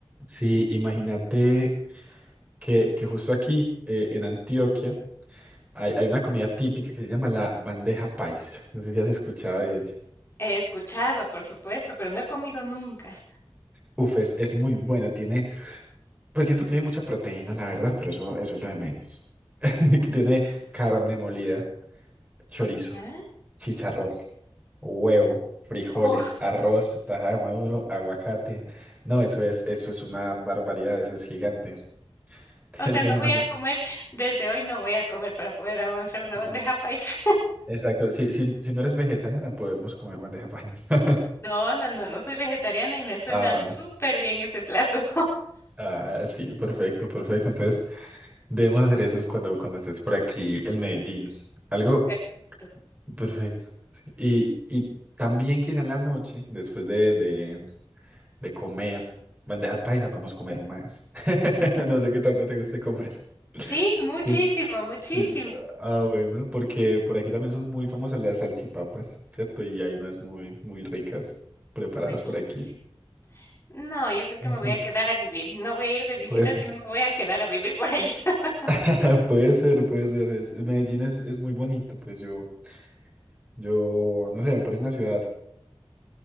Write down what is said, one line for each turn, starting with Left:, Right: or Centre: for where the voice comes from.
Right: Sí, imagínate que, que justo aquí eh, en Antioquia hay, hay una comida típica que se llama la bandeja paisa. No sé si has escuchado de ella.
Left: He escuchado, por supuesto, pero no he comido nunca.
Right: Uf, es, es muy buena. Tiene, pues siento que tiene mucha proteína, la verdad, pero eso, eso es lo de menos. <laughs>
Left: Ya,
Right: Tiene carne molida, chorizo,
Left: ya. <laughs>
Right: chicharrón, huevo, frijoles,
Left: Oh,
Right: arroz, taja de maduro, aguacate. No, eso es, eso es una barbaridad, eso es gigante. <laughs>
Left: o sea,
Right: Tiene
Left: no voy
Right: más.
Left: a comer, desde hoy no voy a comer para poder avanzar
Right: Sí.
Left: una bandeja paisa.
Right: Exacto, si, si, si no eres vegetariana podemos comer bandeja paisa.
Left: No, no, no, no soy vegetariana y me suena
Right: Ah, bueno.
Left: súper bien ese plato. <laughs>
Right: Ah, sí, perfecto, perfecto. Entonces, debemos hacer eso cuando, cuando estés por aquí, el Medellín. Algo
Left: Perfecto.
Right: perfecto. Y, y también quizá en la noche, después de, de, de comer, bandeja paisa, podemos comer más. <laughs> No sé qué tanto te guste comer.
Left: Sí, muchísimo,
Right: ¿Qué?
Left: muchísimo.
Right: Sí. Ah, bueno, porque por aquí también son muy famosas las salchipapas, ¿cierto? Y hay unas muy, muy ricas preparadas
Left: Buenísimo.
Right: por aquí.
Left: No, yo creo que
Right: Ajá,
Left: me voy a quedar a vivir. No voy a ir de visita,
Right: Puede ser.
Left: sino me voy a quedar a vivir por allá. <laughs>
Right: <laughs> Puede ser, puede ser. es- Medellín es, es muy bonito, pues yo, yo, no sé, me parece una ciudad